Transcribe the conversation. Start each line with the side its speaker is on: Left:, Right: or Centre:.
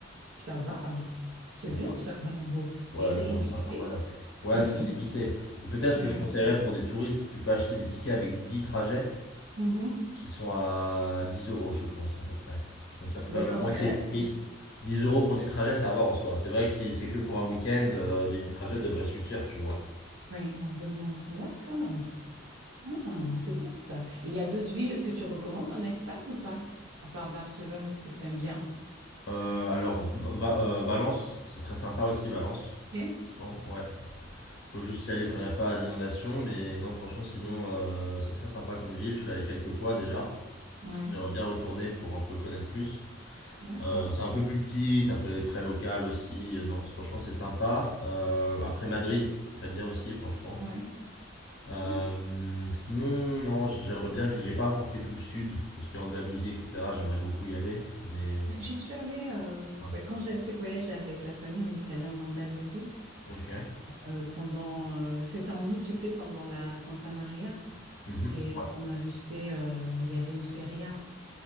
Right: Ça va. C'est
Left: Donc
Right: bien,
Left: ouais,
Right: ça va en gros.
Left: ouais,
Right: Et c'est
Left: bon,
Right: illimité.
Left: c'est incroyable. Ouais, c'est
Right: <clears throat>
Left: limité. Donc peut-être ce
Right: Ouais.
Left: que je conseillerais pour des touristes, tu peux acheter des tickets avec dix trajets.
Right: Mhm.
Left: qui sont à 10 euros, je pense, à peu près. Donc ça fait
Right: Bah,
Left: quand même
Right: dans
Left: la Ouais.
Right: ce
Left: moitié
Right: cas-là,
Left: du prix.
Right: c'est
Left: dix euros pour du trajet ça va en soi. C'est vrai que si c'est que pour un week-end, euh, les 10 trajets devraient suffire, tu vois.
Right: oui, largement. D'accord. Ah, c'est bien ça. Et il y a d'autres villes que tu recommandes en Espagne ou pas? À part Barcelone que tu aimes bien.
Left: Euh, alors, Va- Va- euh, Valence, c'est très sympa aussi, Valence.
Right: Ok.
Left: Franchement, ouais. Faut juste y aller quand il n'y a pas d'inondation, mais non, franchement, sinon, euh, c'est très sympa comme ville. Je suis allé quelques fois déjà.
Right: Ouais.
Left: J'aimerais bien retourner pour un peu connaître plus.
Right: D'accord.
Left: Euh, c'est un peu plus petit, ça fait très local aussi. Euh, Non, franchement, c'est sympa. Euh, après Madrid, très bien aussi, franchement.
Right: Ouais.
Left: Euh,
Right: Ok.
Left: sinon, non, j- j'aimerais bien vivre. J'ai pas encore fait tout le sud, tout ce qui est Andalousie, etc. J'aimerais beaucoup y aller, mais
Right: Ouais,
Left: non.
Right: J'y suis allée euh,
Left: Ah,
Right: ouais, quand j'avais fait le voyage avec la famille, on est allé en Andalousie
Left: Ok.
Right: euh, pendant euh, c'était en août, tu sais, pendant la Santa Maria
Left: Mhm.
Right: et
Left: Ouais.
Right: on avait fait euh, il y avait une feria